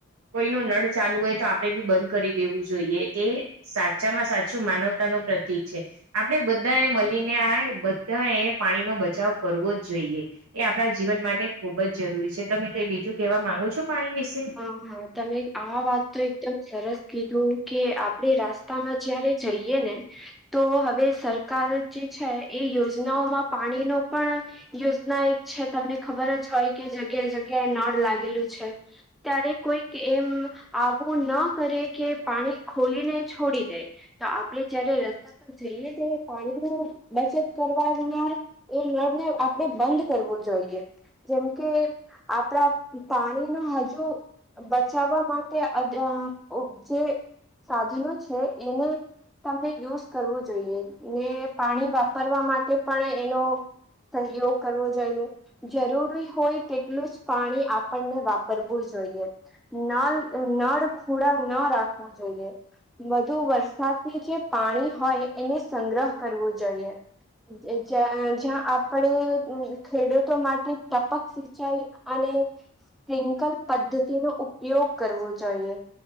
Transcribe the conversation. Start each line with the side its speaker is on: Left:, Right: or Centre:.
Right: કોઈનું નળ ચાલુ હોય તો આપડે બી બંધ કરી દેવું જોઈએ તે, સાચામાં સાચું માનવતા ન પ્રતિક છે. આપણેે બધા એ મળીને આ બધા એ પાણી નો બચાવ કરવો જ જોઈએ આપણા જીવન માટે ખૂબ જ જરૂરી છે, તમે કઈ બીજું કહેવા માંગો છો. પાણી વિશે?
Centre: હા, હા તમે આ વાત તો એકદમ સર સ કીધું કે આપણે રાસ્તામાં જયારે જઈએ ને તો, હવે સરકાર જે છે, એ યોજનાઓમાં પાણી નો પણ યોજના એક છે, તમને ખબર જ હોય કે જગ્યા જગ્યાએ નળ લાગેલું છે. ત્યારે કોઈક એમ આવું ના કરે કે પાણી ખોલીને છોડી દે તો આપડે જયારે રસ્તા પર જઈએ તે પાણી નુ બચત કરવાનાર એ નળ ને આપડે બંધ કરવું જોઈએ જેમ કે આપણા પાણી નુ હજુ બચાવવા માટે ઉપજે સાધનો છે, એને તમને યુઝ કરવું જોઈએ ને પાણી વાપરવા માટે પણ એનો સહયોગ કરવો જોઈએ જરૂરી હોય, તેટલું જ પાણી આપણને વાપર પરવું જોઈએ નલ નળ ખોડા ન રાખવું જોઈએ. વધુ વરસાદની જે પાણી હોય એને સંગ્રહ કરવો જોઈએ જ્યાં આપણે ખેડૂતો માટે ટપક સિંચાઈ અને સ્પ્રિંકલ પદ્ધતિ નો ઉપયોગ કરવો જોઈએ.